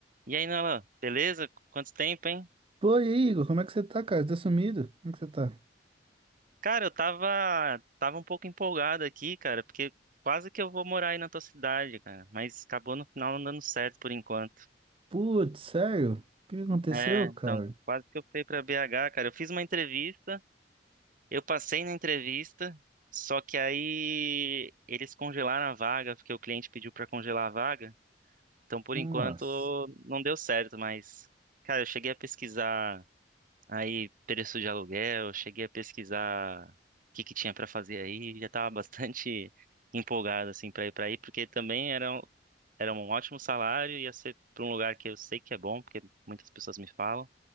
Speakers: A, on the right (about 50°); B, on the right (about 30°).
A: E aí, Nolan, beleza? Quanto tempo, hein?
B: Pô, e aí, Igor, como é que você tá, cara? Você tá sumido? Como é que você tá?
A: Cara, eu tava, tava um pouco empolgado aqui, cara, porque quase que eu vou morar aí na tua cidade, cara, mas acabou no final não dando certo por enquanto.
B: Putz, sério? O que que aconteceu,
A: É, então,
B: cara?
A: quase que eu fui pra BH, cara. Eu fiz uma entrevista, eu passei na entrevista, só que aí eles congelaram a vaga, porque o cliente pediu pra congelar a vaga. Então, por
B: Nossa.
A: enquanto, não deu certo, mas, cara, eu cheguei a pesquisar Aí, preço de aluguel, cheguei a pesquisar o que que tinha pra fazer aí, <laughs> já tava bastante <laughs> empolgado assim pra ir pra aí, porque também era um, era um ótimo salário, ia ser pra um lugar que eu sei que é bom, porque muitas pessoas me falam.